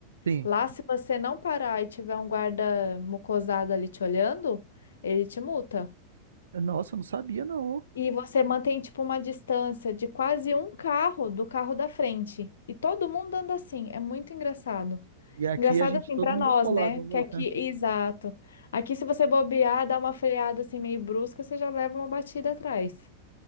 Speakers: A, on the right; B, on the left.
A: Sim.
B: Lá, se você não parar e tiver um guarda mucosado ali te olhando, ele te multa.
A: Nossa, eu não sabia, não.
B: E você mantém tipo uma distância de quase um carro do carro da frente. E todo mundo anda assim, é muito engraçado.
A: E aqui
B: Engraçado
A: a gente,
B: assim
A: todo
B: para
A: mundo
B: nós,
A: colado
B: né?
A: um
B: Que
A: no outro,
B: aqui,
A: né?
B: exato. Aqui se você bobear, dar uma freada assim meio brusca, você já leva uma batida atrás.